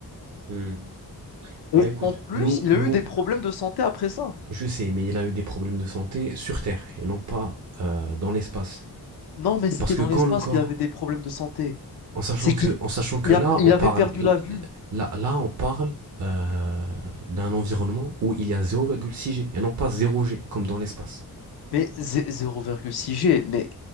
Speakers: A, on the right (about 50°); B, on the left (about 75°).
A: hmm.
B: Et
A: Bah écoute,
B: en plus,
A: nous,
B: il
A: nous,
B: a eu des problèmes de santé après ça.
A: je sais, mais il a eu des problèmes de santé sur Terre et non pas euh, dans l'espace.
B: Non, mais c'était
A: Parce que
B: dans
A: quand
B: l'espace
A: le corps,
B: qu'il avait des problèmes de santé.
A: en sachant
B: C'est qu'il
A: que, en sachant que
B: il
A: là,
B: a- il
A: on
B: avait
A: parle,
B: perdu la vue.
A: là, là, on parle euh, d'un environnement où il y a zéro virgule six G et non pas zéro G comme dans l'espace.
B: Mais zé- 0,6 G, mais